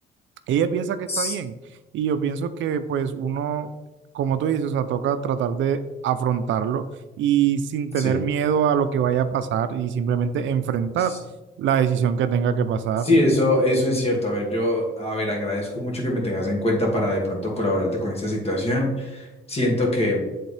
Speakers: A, on the right; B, on the left.
A: ella piensa que está
B: S-
A: bien y yo pienso que pues uno, como tú dices, o sea, toca tratar de afrontarlo y sin
B: Sí.
A: tener miedo a lo que vaya a pasar y simplemente enfrentar
B: S-
A: la decisión que tenga que pasar.
B: Sí, eso, eso es cierto. A ver, yo, a ver, agradezco mucho que me tengas en cuenta para de pronto colaborarte con esa situación. Siento que